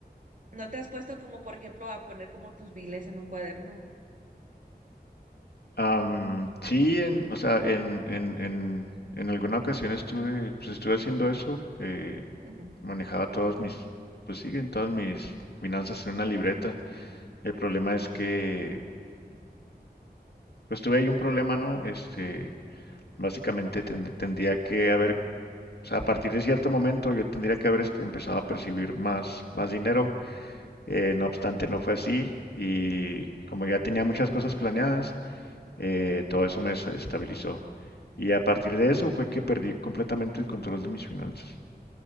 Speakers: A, on the right; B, on the left.
A: ¿No te has puesto como, por ejemplo, a poner como tus biles en un cuaderno?
B: Am, sí, en, o sea, en, en, en, en alguna ocasión estuve, pues estuve haciendo eso, eh,
A: Ujú.
B: manejaba todas mis, pues siguen todas mis finanzas en una libreta. El problema es que, pues tuve ahí un problema, ¿no? Este, básicamente ten- tendría que haber O sea, a partir de cierto momento yo tendría que haber est- empezado a percibir más, más dinero. Eh, no obstante, no fue así. Y como ya tenía muchas cosas planeadas, eh, todo eso me estabilizó. Y a partir de eso fue que perdí completamente el control de mis finanzas.